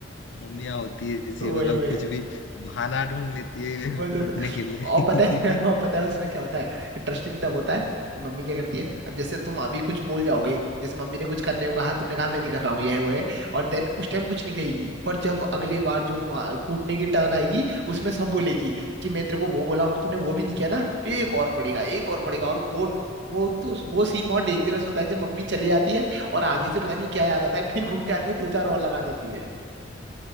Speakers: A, on the left (about 65°); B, on the right (about 60°).
A: मम्मियाँ होती है ऐसी
B: वही
A: मतलब
B: वही
A: कुछ भी बहाना ढूंढ लेती है
B: मजेदार
A: कूटने के लिए
B: और पता है <laughs> और पता है उसमें क्या होता है इंटरेस्टिंग तब होता है मम्मी क्या करती है अब जैसे तुम अभी कुछ बोल जाओगे जैसे मम्मी ने कुछ करने को कहा तुमने कहा मैं नहीं कर रहा हूँ ये है वो है और देन उस टाइम कुछ नहीं कहेगी पर जब अगले बार जो मा- कूटने की टर्न आएगी उसमें सब बोलेगी कि मैं तेरे को वो बोला और तूने वो भी नहीं किया ना एक और पड़ेगा एक और पड़ेगा और वो वो तो वो सीन बहुत डेंजरस होता है जब मम्मी चले जाती है और आधे से पता नहीं क्या याद आता है फिर घूम के आती है दो चार और लगा देती है